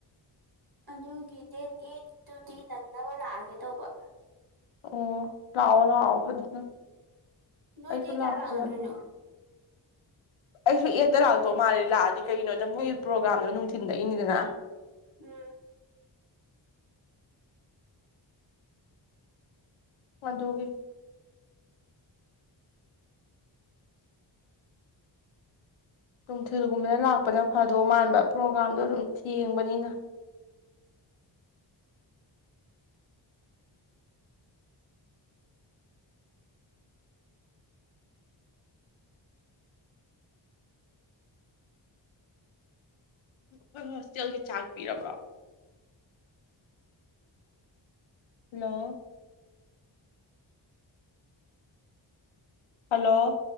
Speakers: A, on the right; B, on the left.
A: ꯑꯗꯨꯒꯤ ꯗꯦꯠ ꯑꯦꯠꯇꯨꯗꯤ ꯅꯪꯅꯕ ꯂꯥꯛꯑꯒꯦ ꯇꯧꯕ꯫
B: ꯑꯣ ꯂꯥꯛꯑꯣ ꯂꯥꯛꯑꯣ ꯑꯗꯨꯅ
A: ꯅꯣꯏ
B: ꯑꯩꯁꯨ
A: ꯗꯦꯠ ꯀꯌꯥ
B: ꯂꯥꯛꯇ
A: ꯂꯥꯛꯅꯗꯣꯏꯅꯣ꯫
B: ꯌꯥꯗꯦ ꯑꯩꯁꯨ ꯑꯦꯠꯇ ꯂꯥꯛꯇꯧ ꯃꯥꯜꯂꯦ ꯂꯥꯛꯑꯗꯤ ꯀꯩꯒꯤꯅꯣꯗ ꯃꯣꯏꯒꯤ ꯄ꯭ꯔꯣꯒꯥꯝꯗꯣ ꯅꯨꯡꯊꯤꯟꯗꯒꯤꯅꯤꯗꯅ꯫
A: ꯎꯝ꯫
B: ꯑꯗꯨꯒꯤ꯫ ꯅꯨꯡꯊꯤꯜꯒꯨꯝꯕꯗ ꯂꯥꯛꯄꯅ ꯐꯗꯣ ꯃꯥꯟꯕ ꯄ꯭ꯔꯣꯒꯥꯥꯝꯗꯣ ꯑꯗꯨꯝ ꯊꯦꯡꯕꯅꯤꯅ꯫ ꯑꯩꯈꯣꯏ ꯍꯣꯁꯇꯦꯜꯒꯤ ꯆꯥꯛ ꯄꯤꯔꯕ꯭ꯔꯣ꯫ ꯍꯜꯂꯣ꯫ ꯍꯜꯂꯣ꯫